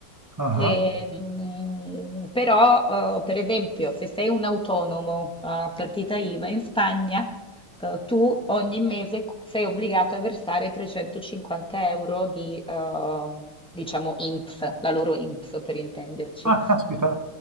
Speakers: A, on the right (about 25°); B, in the centre.
A: Ah,
B: ehm,
A: ah.
B: però eh, per esempio se sei un autonomo a partita IVA in Spagna, eh, tu ogni mese c- sei obbligato a versare 350 euro di, eh, diciamo, INPS, la loro INPS per intenderci.
A: Ah, caspita.